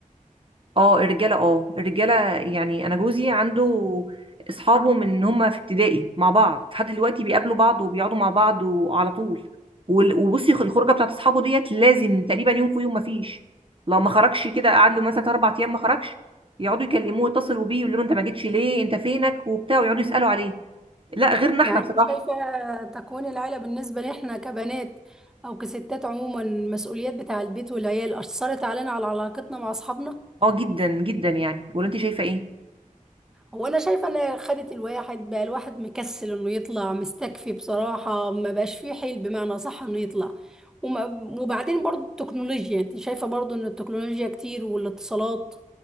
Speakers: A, on the right (about 40°); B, in the centre.
A: اه الرجاله اه الرجاله يعني انا جوزي عنده اصحابه من ان هم في ابتدائي مع بعض لحد دلوقتي بيقابلوا بعض وبيقعدوا مع بعض وعلى طول وال- وبصي الخروجه بتاعت اصحابه ديت لازم تقريبا يوم في يوم ما فيش لو ما خرجش كده قعد له مثلا اربع ايام ما خرجش يقعدوا يكلموه يتصلوا بيه يقولوا له انت ما جيتش ليه انت فينك وبتاع ويقعدوا يسالوا عليه لا غيرنا
B: يعني
A: احنا بصراحه
B: انت شايفة تكوين العيلة بالنسبة لإحنا كبنات او كستات عموما المسؤوليات بتاع البيت والعيال اثرت علينا على علاقتنا مع اصحابنا
A: اه جدا جدا يعني ولا انت شايفه ايه
B: هو انا شايفه ان خدت الواحد بقى الواحد مكسل انه يطلع مستكفي بصراحه ما بقاش فيه حيل بمعنى صح انه يطلع وما وبعدين برضو التكنولوجيا انت شايفه برضو ان التكنولوجيا كتير والاتصالات